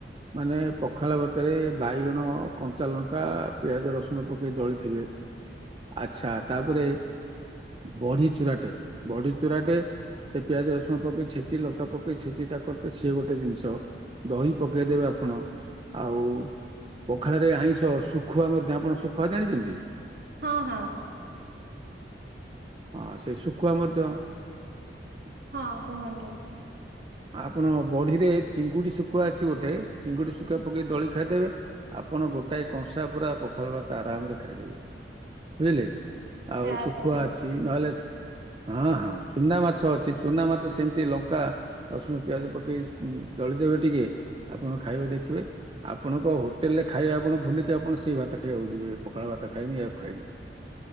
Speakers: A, on the right; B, on the right.
A: ମାନେ ପଖାଳ ଭାତରେ ବାଇଗଣ, କଞ୍ଚା ଲଙ୍କା, ପିଆଜ, ରସୁଣ ପକେଇ ଦଳିଥିବେ। ଆଛା ତାପରେ ବଢି ଚୁରାଟେ ବଢି ଚୁରା ଚୁରାଟେ ସେ ପିଆଜ, ରସୁଣ ପକେଇ ଛେଚି ଲଙ୍କା ପକେଇ ଛେଚି ତା କରିତେ ସିଏ ଗୋଟେ ଜିନିଷ। ଦହି ପକେଇଦେବେ ଆପଣ ଆଉ ପଖାଳରେ ଆଇଁଷ ଶୁଖୁଆ ମଧ୍ୟ ଆପଣ ଶୁଖୁଆ ଜାଣିଛନ୍ତି?
B: ହଁ ହଁ
A: ହଁ ସେଇ ଶୁଖୁଆ ମଧ୍ୟ। <inaudible>
B: ହଁ କୁହନ୍ତୁ।
A: ଆପଣ ବଢିରେ ଚିଙ୍ଗୁଡି ଶୁଖୁଆ ଅଛି ଗୋଟେ ଚିଙ୍ଗୁଡି ଶୁଖୁଆ ପକେଇ ଦଳି ଖାଇଦେବେ ଆପଣ ଗୋଟାଏ କଂସା ପୁରା ପଖାଳ ଭାତ ଆରାମ ରେ ଖାଇଦେବେ ବୁଝିଲେ। ଆଉ
B: ଯାହା
A: ଶୁଖୁଆ
B: କହିଲେ।
A: ଅଛି। ନହେଲେ ହଁ ହଁ ଚୁନା ମାଛ ଅଛି ଚୁନା ମାଛ ସେମିତି ଲଙ୍କା ରସୁଣ, ପିଆଜ ପକେଇ ଦଳିଦେବେ ଟିକେ ଆପଣ ଖାଇବେ ଦେଖିବେ ଆପଣଙ୍କ ହୋଟେଲ ରେ ଖାଇବା ଆପଣ ଭୁଲିକି ଆପଣ ସେଇ ଭାତ ଖାଇବାକୁ ଯିବେ ପଖାଳ ଭାତ ଖାଇବି ୟକୁ ଖାଇବି।